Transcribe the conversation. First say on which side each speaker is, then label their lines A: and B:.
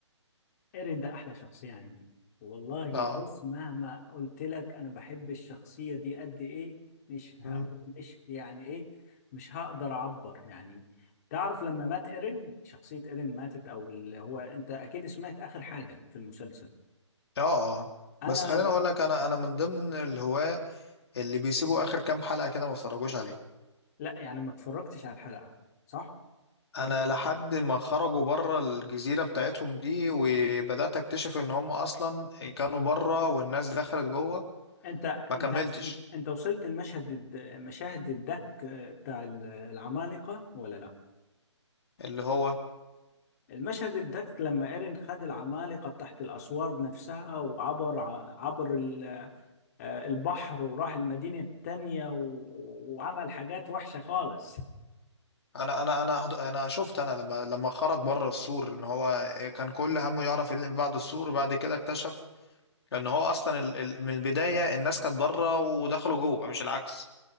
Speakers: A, on the left (about 35°); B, on the left (about 55°).
A: ايرين ده احلى شخصية عندي والله
B: اه
A: بص مهما قلت لك انا بحب الشخصية دي قد ايه مش هقول
B: م.
A: مش يعني ايه مش هقدر اعبر يعني تعرف لما مات ايرين شخصية ايرين ماتت او اللي هو انت اكيد سمعت اخر حاجة في المسلسل
B: اه اه
A: انا
B: بس خليني اقول لك انا انا من ضمن الهواه اللي بيسيبوا اخر كام حلقه كده ما اتفرجوش عليه
A: لا يعني ما اتفرجتش على الحلقة صح
B: انا لحد ما خرجوا بره الجزيره بتاعتهم دي وبدات اكتشف ان هم اصلا كانوا بره والناس دخلت جوه
A: انت
B: ما كملتش
A: انت انت وصلت المشهد المشاهد الدك بتاع العمالقة ولا لا
B: اللي هو
A: المشهد ده لما ايرين خد العمالقة تحت الأسوار نفسها وعبر ع- عبر ال- آه، البحر وراح المدينة التانية و- وعمل حاجات وحشة خالص
B: انا انا انا هد- انا شفت انا لما لما خرج بره السور ان هو كان كل همه يعرف ايه اللي بعد السور وبعد كده اكتشف ان هو اصلا ال- ال- من البدايه الناس كانت بره ودخلوا جوه مش العكس